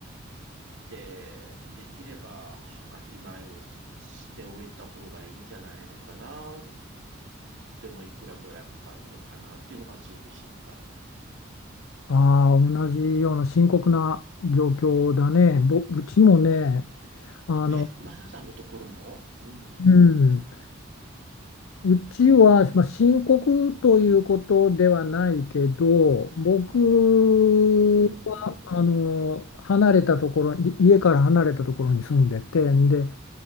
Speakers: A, on the right; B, on the left.
A: でできれば墓じまいをししておいた方がいいんじゃないのかな。でもいくらぐらいかかるのかなっていうのがすごく心配。
B: ああ、同じような深刻な状況だね。ぼ、うちもね、あの、
A: え、マサさんのところもうん、
B: うん、うちは、まあ、深刻ということではないけど、僕はあの離れたところに、
A: うん、うん、
B: 家から離れたところに住んでて、で、